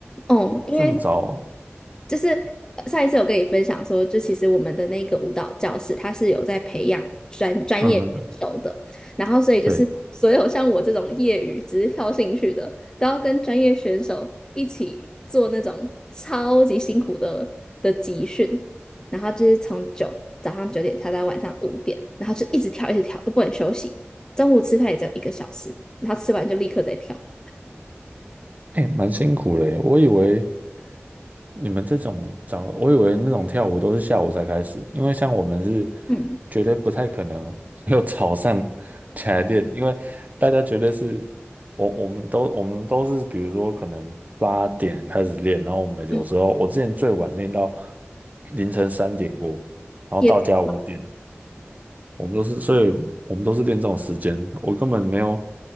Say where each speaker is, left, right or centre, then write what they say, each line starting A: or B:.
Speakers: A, on the left; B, on the right.
A: 哦，因为
B: 这么早哦，
A: 就是呃上一次有跟你分享说，就其实我们的那个舞蹈教室，它是有在培养专专业选手的，
B: 嗯，
A: 然后所以就是所有像我这种业余只是跳兴趣的，
B: 对，
A: 都要跟专业选手一起做那种超级辛苦的的集训，然后就是从九早上九点跳到晚上五点，然后就一直跳一直跳都不能休息，中午吃饭也只有一个小时，然后吃完就立刻再跳，
B: 哎，蛮辛苦嘞，我以为你们这种早，我以为那种跳舞都是下午才开始，因为像我们是
A: 嗯
B: 绝对不太可能 <laughs> 有早上起来练，因为大家绝对是，我我们都我们都是，比如说可能八点开始练，然后我们有时候我之前最晚练到
A: 嗯，
B: 凌晨三点过，然后到家五点，
A: 也
B: 我们都是，所以我们都是练这种时间，我根本没有，